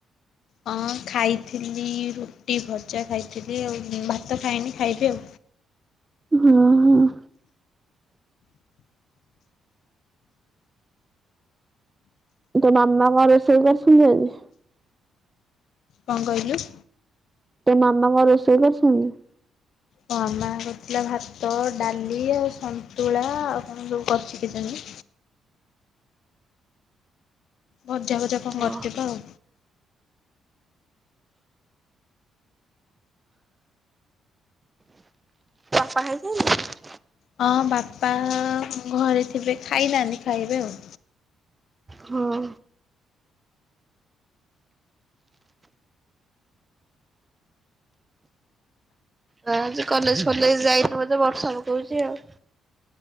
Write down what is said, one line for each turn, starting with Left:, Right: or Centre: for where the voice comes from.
Left: ହଁ ଖାଇଥିଲି ରୁଟି ଭଜା ଖାଇଥିଲି ଆଉ ଭାତ ଖାଇନି ଖାଇବି ଆଉ।
Right: ହୁଁ ଉଁ। ତୋ ମାମା କଣ ରୋଷେଇ କରିଛନ୍ତି ଆଜି?
Left: କଣ କହିଲୁ?
Right: ତୋ ମାମା କଣ ରୋଷେଇ କରିଛନ୍ତି?
Left: ମୋ ମାମା କରିଥିଲା ଭାତ ଡାଲି ଆଉ ସନ୍ତୁଳା ଆଉ କଣ ସବୁ କରଛି କେଜାଣି ଭଜା ଭଜା କଣ
Right: ହଁ
Left: କରିଚୁ କହ?
Right: ପାହାରି ସାଇଲୁଣି।
Left: ହଁ ବାପା ଘରେ ଥିବେ ଖାଇନାହାନ୍ତି ଖାଇବେ ଆଉ।
Right: ହଁ। ହଁ ଆଜି କଲେଜ ଫଲେଜ ଯାଇନୁ ବୋଧେ ବର୍ଷା ପକୋଉଚି ଆଉ।